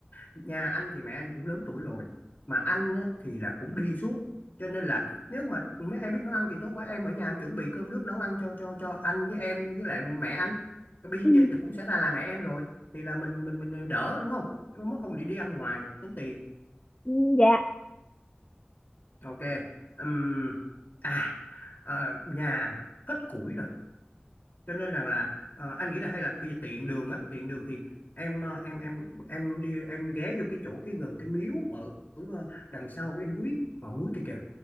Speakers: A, on the left; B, on the left.
A: nhà anh thì mẹ anh cũng lớn tuổi rồi mà anh á, thì là cũng đi suốt cho nên là nếu mà mấy em biết nấu ăn thì tốt quá em ở nhà em chuẩn bị cơm nước nấu ăn cho cho cho anh với em với lại mẹ anh Cái bây
B: Ừ,
A: giờ cũng sẽ ra là mẹ em rồi thì là mình mình mình đỡ đúng không Nhưng mà mất công đi đi ăn ngoài tốn tiền
B: ừ, dạ
A: ok Ừm, à, à nhà hết củi rồi cho nên rằng là ờ, anh nghĩ là hay là bây giờ tiện đường á tiện đường thì em ờ, em em em đi em ghé vô cái chỗ cái gần cái miếu ở ờ, đằng sau cái núi ngọn núi kia kìa